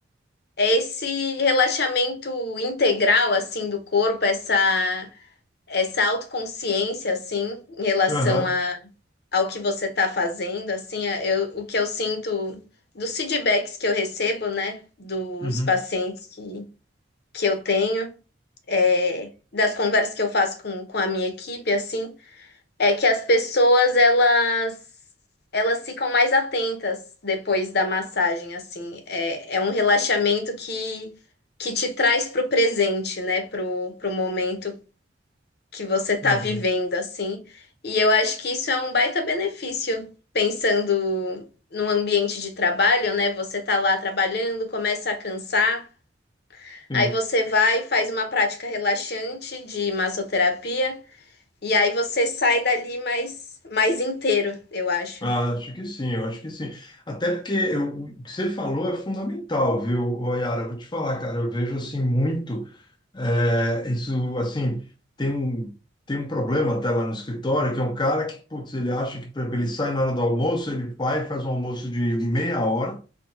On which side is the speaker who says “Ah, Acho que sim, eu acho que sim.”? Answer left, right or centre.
Left